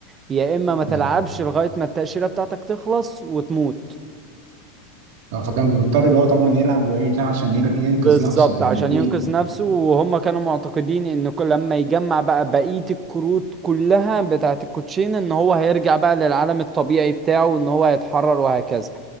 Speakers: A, on the right (about 25°); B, on the right (about 65°).
A: يا اما ما
B: يعني
A: تلعبش لغايه ما التاشيره بتاعتك تخلص وتموت
B: اه فكان بيضطر اللي هو طبعا يلعب ويعمل بتاع عشان ين- ينقذ
A: بالظبط
B: نفسه يعني
A: عشان
B: اكيد
A: ينقذ نفسه وهم كانوا معتقدين ان كل لما يجمع بقى بقيه الكروت كلها بتاعه الكوتشين ان هو هيرجع بقى للعالم الطبيعي بتاعه ان هو هيتحرر وهكذا